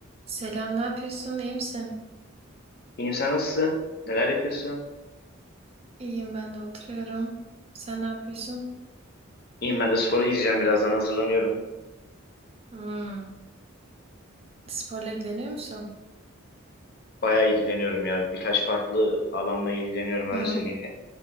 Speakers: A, on the right; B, on the left.
A: Selam, ne yapıyorsun? İyi misin?
B: İyiyim sen nasılsın? Neler yapıyorsun?
A: İyiyim, ben de oturuyorum. Sen ne yapıyorsun?
B: İyiyim ben de spora gideceğim birazdan hazırlanıyorum.
A: Hmm, sporla ilgileniyor musun?
B: Bayağı ilgileniyorum ya. Birkaç farklı alanla ilgileniyorum
A: Hı
B: öyle
A: hı.
B: söyleyeyim.